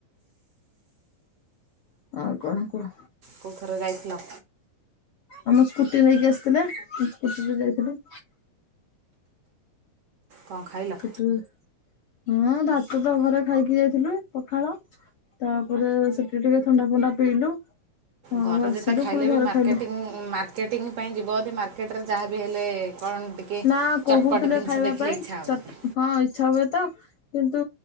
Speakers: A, on the left (about 55°); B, on the right (about 55°).
A: ହଁ କଣ କୁହ?
B: କୋଉଥିରେ ଯାଇଥିଲ?
A: ଆମ ସ୍କୁଟି ନେଇକି ଆସିଥିଲେ ମୁ ସ୍କୁଟି ରେ ଯାଇଥିଲି।
B: କଣ ଖାଇଲ?
A: ସ୍କୁଟିରେ ହଁ ଭାତ ତ ଘରେ ଖାଇକି ଯାଇଥିଲୁ ପଖାଳ ତାପରେ ସେଠି ଟିକେ ଥଣ୍ଡା ଫଣ୍ଡା ପିଇଲୁ। ଆଉ
B: ଘରେ
A: ଆସିଲୁ
B: ଯେତେ ଖାଇଲେ
A: ପୁଣି ଘରେ
B: ବି ମାର୍କେଟିଂ
A: ଖାଇଲୁ
B: ମାର୍କେଟିଙ୍ଗ ପାଇଁ ଯିବ ଯଦି ମାର୍କେଟରେ ଯାହା ବିି ହେଲେ କ'ଣ ଟିକେ
A: ନା
B: ଚଟପଟ
A: କହୁଥିଲେ
B: ଜିନିଷ
A: ଖାଇବା
B: ଦେଖିଲେ
A: ପାଇଁ
B: ଇଚ୍ଛା ହେବା
A: ଚଟ
B: ପାଇଁ
A: ହଁ ଇଚ୍ଛା ହୁଏ ତ କିନ୍ତୁ